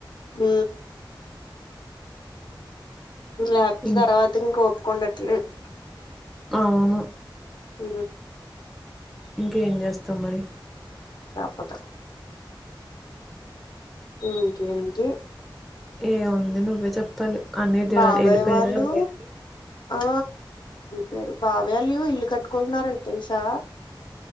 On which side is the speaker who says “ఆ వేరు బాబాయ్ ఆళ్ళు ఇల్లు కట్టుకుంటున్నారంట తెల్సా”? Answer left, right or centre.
Left